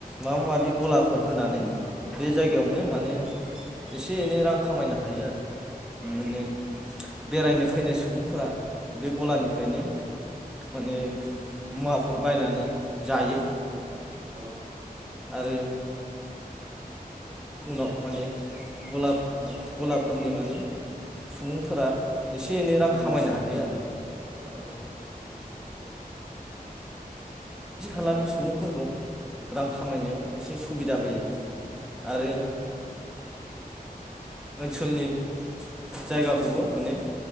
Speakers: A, in the centre; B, on the right.
A: माबा माबि गलाफोर होनानै बे जायगायावनो
B: औ
A: माने इसे एनै रां खामायनो हायो
B: औ
A: माने बेरायनो फैनाय सुबुंफोरा बे गलानिफ्रायनो
B: औ
A: <unintelligible> जायो
B: औ औ
A: <inaudible> <inaudible> गला
B: औ
A: गलाफोरनि माने सुबुंफोरा इसे एनै रां
B: उम
A: खामायनो हायो आरो
B: औ
A: <inaudible>
B: उम
A: <inaudible> रां खामायनायाव एसे सुबिदा होयो
B: औ
A: आरो <inaudible> ओनसोलनि जायगाखौबो
B: औ
A: माने